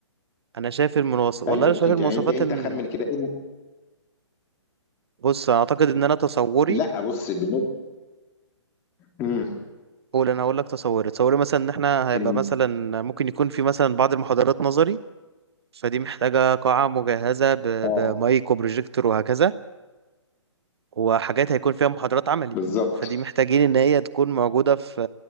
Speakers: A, on the right (about 60°); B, on the left (about 15°).
A: انا شايف المنوصف والله
B: ايوه
A: انا شايف
B: انت
A: المواصفات
B: يعني انت انت
A: ان
B: خمن كده ايه
A: بص انا اعتقد ان انا تصوري
B: لا بص بالنسبه امم
A: قول انا هقول لك تصوري تصوري مثلا ان احنا هيبقى
B: ان
A: مثلا ممكن يكون في مثلا بعض المحاضرات <laughs> نظري فدي محتاجة قاعة مجهزة ب-
B: اه
A: بمايك وبروجيكتور وهكذا وحاجات هيكون فيها محاضرات عملي
B: بالظبط
A: فدي محتاجين ان هي تكون موجودة في